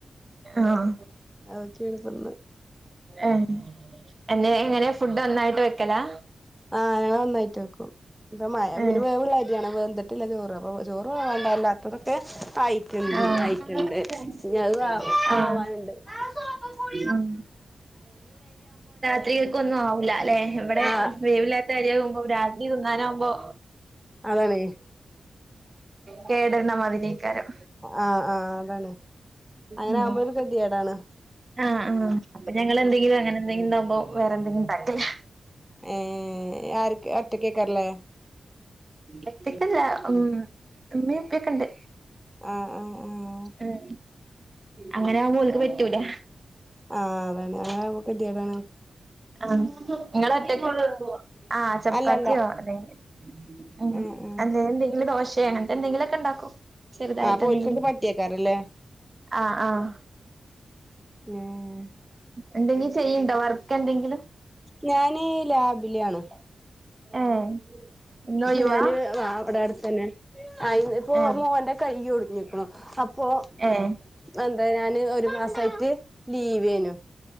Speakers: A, on the right; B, in the centre.
A: ആഹ
B: അതൊക്കേണ് ഇപ്പന്ന്
A: ആഹ് എന്നെ ഇങ്ങനെ ഫുഡ് ഒന്നായിട്ട് വെക്കലാ
B: ആഹ് ഞങ്ങ നന്നായിട്ട് വെക്കും ഇപ്പ മഴ
A: ഏഹ്
B: പിന്നെ വേവള്ളരിയണ് വ പ ചോറും അപ്പ ചോറുവാണ്ടല്ലാൊക്കെ ആയിട്ടുണ്ട്
A: ആഹ്
B: ആയിട്ടുണ്ട് ഇനിത് ആ
A: ആഹ്
B: ആവാനുണ്ട് കു
A: ഉം
B: <unintelligible>
A: രാത്രികൾക്ക ഒന്നും ആവൂല്ല അല്ലെ ഇവിടെ
B: ആഹ്
A: വേവില്ലാത്ത അരിയാകുമ്പോ രാത് തിങ്ങാനാകുമ്പോ
B: അതാണേ
A: കേടരുന്ന മതിനീക്കാരം
B: ആഹ് ആഹ അതാണ് അങ്ങനെ
A: ഉം
B: ആവുമ്പോരു ക്കെത്യേടാണ്
A: ആഹ് ആ് അപ്പൊ ഞങ്ങൾ എന്തെങ്കിലും അങ്ങനെ എന്തെങ്കിലും ഉണ്ടാവുമ്പോ വേറെ എന്തെങ്കിലും ഉണ്ടാക്കില്ല
B: ഏഹ് ആർ ഒറ്റക്കക്കാരല്ലേ
A: ഒറ്റക്കല്ല ഉ ഉമ്മീ എപ്പൊക്കെണ്ട്
B: ആഹ് ആഹ് ആഹ്
A: ഉം അങ്ങനെ ആവുമ്പോ ഓലക്ക് പറ്റൂല
B: ആഹ് അതാണ് അങ്ങനെ ആവുമ്പോ കേത്യാടാൻ
A: ആ നിങ്ങള ഒറ്റകൊള്ളു ആ ചപ്പാത്തിയോ
B: അല്ലല്ല
A: അതെ ഉ
B: ആഹ് ആഹ്
A: അല്ല എന്തെങ്കിലും ദോശ അങ്ങനത്തെ എന്തെങ്കിലുമൊക്കെ ഉണ്ടാക്കോ ചെറുതായിട്ട്
B: ആഹ് അപ്പൊ
A: എന്തെങ്കിലും
B: ഓൽക്കൊക്കെ പറ്റിയേക്കാരല്ലേ
A: ആഹ ആഹ
B: ഏഹ്
A: എന്തെങ്കിലും ചെയ്യണ്ടോ വർക്ക് എന്തെങ്കിലും
B: ഞാന ലാബില ആണ്
A: ഏഹ് ഇന്നൊഴിവാ
B: ഞാന് വ അവിടെ അടുത്ത തന്നെ ആ ഇപ്പൊ
A: ഏഹ്
B: മോന്റെ കൈ ഒടുഞ്ഞക്കുണ് അപ്പൊ
A: ഏഹ്
B: എന്താ ഞാന് ഒരു സായിട്ട് ലീവ്യനു